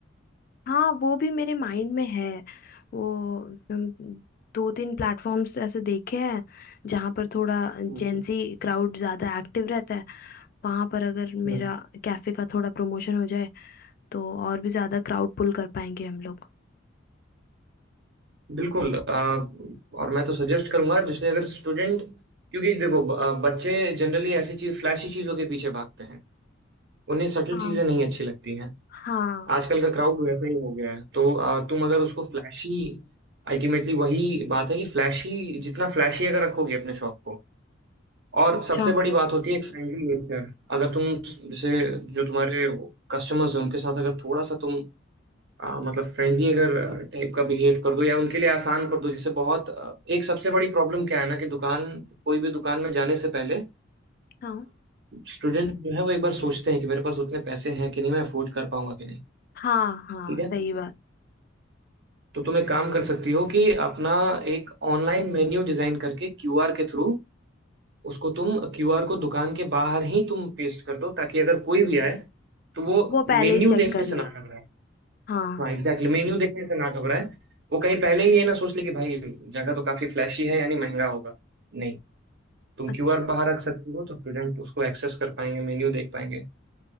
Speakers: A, on the left (about 50°); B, on the right (about 60°).
A: हाँ वो भी मेरे माइंड में है वो हम दो तीन प्लेटफॉर्म्स ऐसे देखे हैं जहाँ पर थोड़ा जेंजी
B: Hmm
A: क्राउड ज़्यादा एक्टिव रहता है वहाँ पर अगर
B: Hmm.
A: मेरा कैफ़े का थोड़ा प्रमोशन हो जाए तो और भी ज़्यादा क्राउड पुल कर पाएंगे हम लोग
B: बिल्कुल अ, और मैं तो सजेस्ट करूंगा जैसे अगर स्टूडेंट क्योंकि देखो ब- अ, बच्चे जनरली ऐसी चीज फ्लैशी चीजों के पीछे भागते हैं उन्हें सटल
A: हाँ
B: चीजें नहीं अच्छी लगती हैं
A: हाँ
B: आजकल का क्राउड वैसा ही हो गया है तो अ, तुम अगर उसको फ्लैशी अल्टीमेटली वही बात है कि फ्लैशी जितना फ्लैशी अगर रखोगे अपने शॉप को और
A: अच्छा
B: सबसे बड़ी बात होती है एक फ्रेंडली नेचर अगर तुम जैसे जो तुम्हारे कस्टमर्स हैं उनके साथ अगर थोड़ा सा तुम आ, मतलब फ्रेंडली अगर टाइप का बिहेव कर दो या उनके लिए आसान कर दो जैसे बहुत आ, एक सबसे बड़ी प्रॉब्लम क्या है ना कि दुकान कोई भी दुकान में जाने से पहले
A: हाँ
B: स्टूडेंट जो है वो एक बार सोचते हैं कि मेरे पास उतने पैसे हैं कि नहीं मैं अफोर्ड कर पाऊंगा कि नहीं
A: हाँ हाँ
B: ठीक है
A: सही बात
B: तो तुम एक काम कर सकती हो कि अपना एक ऑनलाइन मेन्यू डिजाइन करके क्यूआर के थ्रू उसको तुम क्यूआर को दुकान के बाहर ही तुम पेस्ट कर दो ताकि अगर कोई भी आए तो वो
A: वो पहले
B: मेन्यू
A: ही Okay. चेक
B: देखने
A: कर
B: से
A: लें
B: ना घबराए
A: हाँ
B: हाँ एग्जैक्टली मेन्यू देखने से ना घबराए वो कहीं पहले ही ये ना सोच ले कि भाई जगह तो काफी फ्लैशी है यानी महंगा होगा नहीं तुम
A: अच्छा
B: क्यूआर बाहर रख सकती हो तो स्टूडेंट उसको एक्सेस कर पाएंगे मेन्यू देख पाएंगे